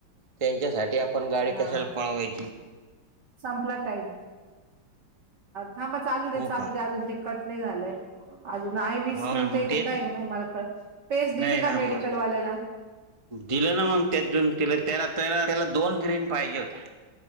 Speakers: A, on the right (about 20°); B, on the right (about 65°).
A: त्यांच्यासाठी आपण गाडी
B: हा
A: कशाला पळवायची.
B: संपला टाईम. थांबा चालू दे,
A: हो
B: चालू
A: का
B: दे अजून ते कट नाही झालंय. अजून आहे वीस
A: हो
B: मिनिट
A: ना मग
B: आहे ग,
A: तेच
B: की काय मला पेस
A: नाही
B: दिली
A: ना
B: का
A: मग
B: मेडिकल वाल्यालाऽ
A: दिलं ना मग त्यात जून तिला त्याला त्याला त्याला दोन ग्रीन पाहिजे होत्या.